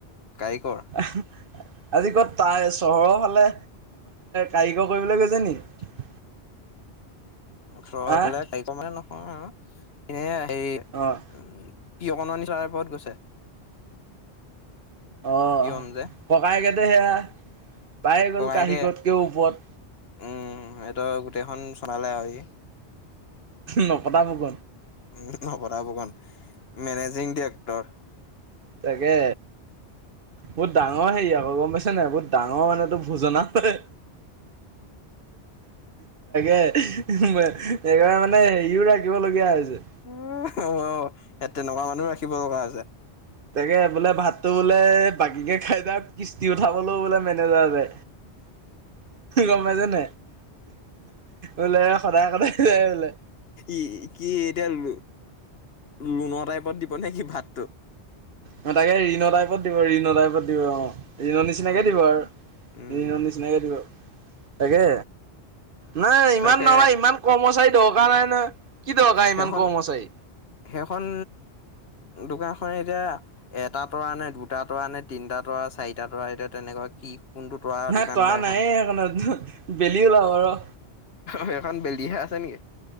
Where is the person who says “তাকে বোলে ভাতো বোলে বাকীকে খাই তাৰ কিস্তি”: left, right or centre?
Right